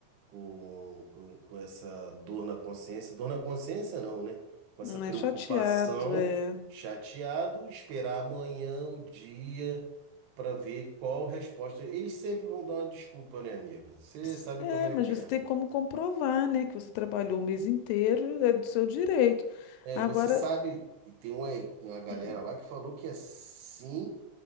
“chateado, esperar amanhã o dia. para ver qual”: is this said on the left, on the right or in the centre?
Right